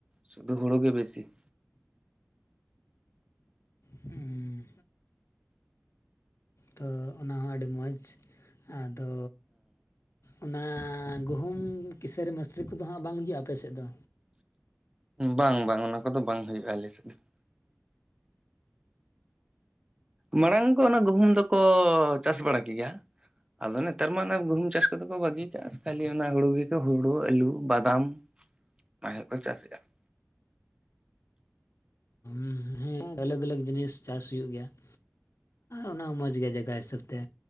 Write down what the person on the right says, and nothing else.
ᱥᱩᱫᱷᱩ ᱦᱩᱲᱩ ᱜᱮ ᱵᱮᱥᱤ ᱾
ᱵᱟᱝ ᱵᱟᱝ ᱚᱱᱟ ᱠᱚᱫᱚ ᱵᱟᱝ ᱦᱩᱭᱩᱜ ᱟᱞᱮᱥᱮᱫ ᱫᱚ ᱾ ᱢᱟᱲᱟᱝ ᱠᱚ ᱚᱱᱟ ᱜᱩᱦᱩᱢ ᱫᱚᱠᱚ ᱪᱟᱥ ᱵᱟᱲᱟ ᱠᱮ ᱜᱮᱭᱟ ᱾ ᱟᱫᱚ ᱱᱮᱛᱟᱨ ᱢᱟ ᱚᱱᱟ ᱜᱩᱦᱩᱢ ᱪᱟᱥ ᱠᱚᱫᱚ ᱠᱚ ᱵᱟᱹᱜᱤᱭ ᱠᱟᱜᱼᱟ ᱾ ᱠᱷᱟᱹᱞᱤ ᱚᱱᱟ ᱦᱩᱲᱩ ᱜᱮᱠᱚ ᱦᱩᱲᱩ, ᱟᱹᱞᱩ, ᱵᱟᱫᱟᱢ ᱚᱱᱟ ᱜᱮᱠᱚ ᱪᱟᱥᱮᱫᱼᱟ ᱾